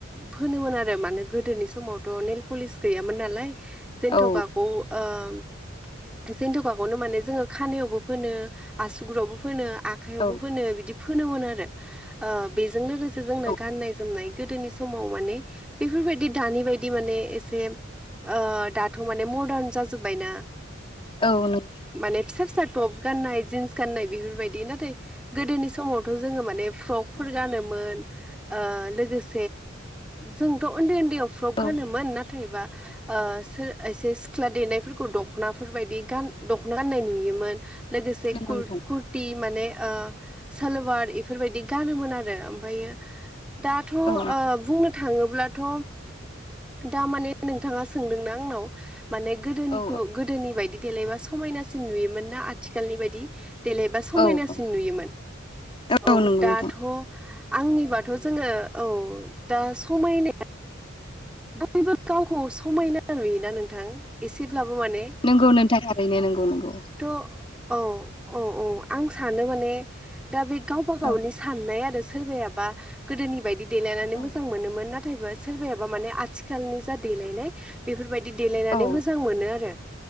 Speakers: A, in the centre; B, on the left.
A: फोनोमोन आरो मानो गोदोनि समावथ' नेेल पलिस गैयामोन नालाय जन्थ'खाखौ
B: औ
A: आम जेन्थ'खाखौनो माने जोङो खानायावबो फोनो आसुगुरावबो फोनो आखायावबो
B: औ
A: फोनो बिदि फोनोमोन आरो आ बेजों लोगोसे जोंना
B: औ
A: गाननाय जोमनाय गोदोनि समाव माने बेफोरबायदि दानि बायदि माने एसे आ दाथ' माने मदार्न जाजोब्बायना
B: औ नों
A: माने फिसा फिसा टप गाननाय जिन्स गाननाय बेफोरबायदि नाथाय गोदोनि समावथ' जोङो माने फ्रकफोर
B: औ
A: गानोमोन आ लोगोसे जे जोंथ' उन्दै उन्दैयाव फ्रक
B: औ
A: गानोमोन नाथायबा आ सोर एसे सिख्ला देनायफोरखौ दख'नाफोर बायदि गान दख'ना गाननाय नुयोमोन। मोन लोगोसे
B: नंगौ
A: खुल,
B: नोंथां
A: खु टि माने आ सालवार इफोरबायदि गानोमोन आरो ओमफायो दाथ'
B: औ
A: आ बुंनो थाङोब्लाथ' दा माने नोंथाङा सोंदोंना आंनाव माने गोदोनिखौ
B: औ
A: गोदोनि बायदि देलायबा समायनासिन नुयोमोन ना आथिखालनि बायदि देलायबा समायनासिन
B: औ औ
A: नुयोमोन
B: नंगौ
A: औ
B: नोंथां
A: दाथ' आंनिबाथ' जोङो औ दा समायनाय बयबो गावखौ समायना नुयोना नोंथां एसेब्लाबो माने
B: नंगौ नोंथाङ ओरैनो नंगौ नंगौ।
A: थ' औ औ औ आं सानो माने दा बे गावबा गावनि
B: औ
A: साननाय आरो सोरबायायाबा गोदोनि बायदि देलायनानै
B: औ
A: मोजां मोनोन नाथायबा सोरबायाबा माने आथिखालनि जा देलायनाय बेफोरबायदि बि देलायनानै
B: औ
A: मोजां मोनो आरो